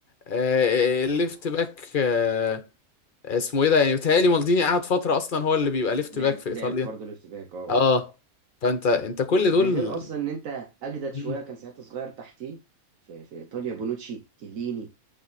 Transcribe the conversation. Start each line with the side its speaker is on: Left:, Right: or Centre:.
Left: آه
Right: آه.
Left: الليفت باك آه اسمه ايه ده يعني بيتهيألي
Right: آه.
Left: مالديني قعد فترة اصلا هو اللي بيبقى ليفت
Right: لعب
Left: باك في ايطاليا
Right: لعب برضه ليفت باك اه
Left: اه فانت انت كل دول
Right: ده غير اصلا ان انت اجدد
Left: مم.
Right: شويه كان ساعتها صغير تحتيه في, في ايطاليا بونوتشي كيليني